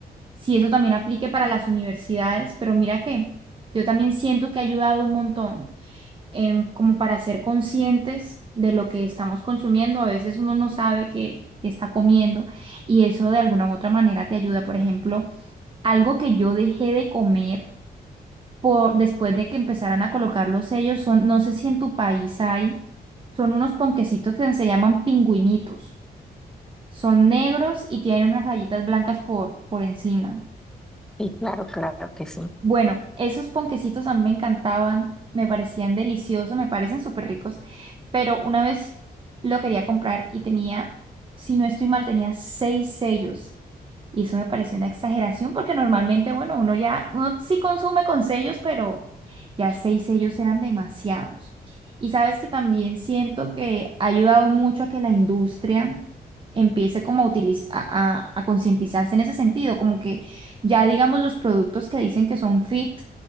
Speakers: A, on the right; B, in the centre.
A: si eso también aplique para las universidades, pero mira que yo también siento que ha ayudado un montón, em, como para ser conscientes de lo que estamos consumiendo, a veces uno no sabe que, que está comiendo y eso de alguna u otra manera te ayuda, por ejemplo, algo que yo dejé de comer por, después de que empezaran a colocar los sellos, son, no sé si en tu país hay, son unos ponquecitos que se llaman pingüinitos. Son negros y tienen unas rayitas blancas por, por encima.
B: Y claro, claro que sí.
A: Bueno, esos ponquecitos a mí me encantaban, me parecían deliciosos, me parecen súper ricos, pero una vez lo quería comprar y tenía, si no estoy mal, tenía seis sellos. Y eso me pareció una exageración porque normalmente, bueno, uno ya, uno sí consume con sellos, pero ya seis sellos eran demasiados. Y sabes que también siento que ha ayudado mucho a que la industria empiece como a, utiliz- a, a a concientizarse en ese sentido, como que ya digamos los productos que dicen que son fit,